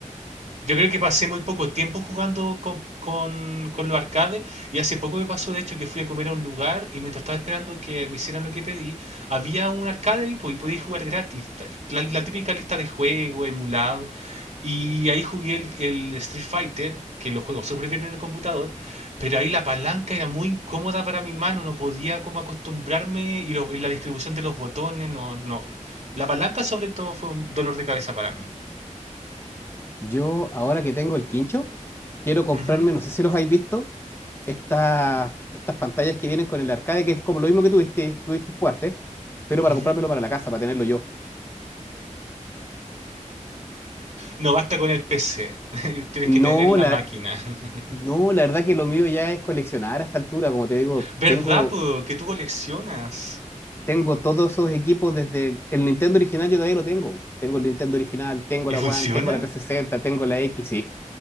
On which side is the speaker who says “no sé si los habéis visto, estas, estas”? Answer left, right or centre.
Left